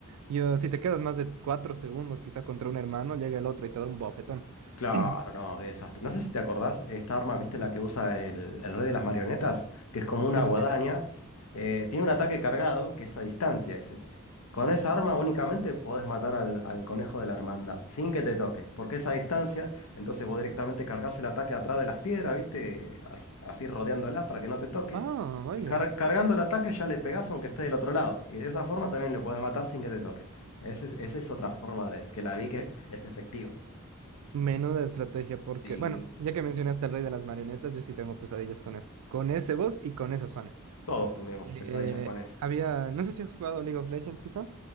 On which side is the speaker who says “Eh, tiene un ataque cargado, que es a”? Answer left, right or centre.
Left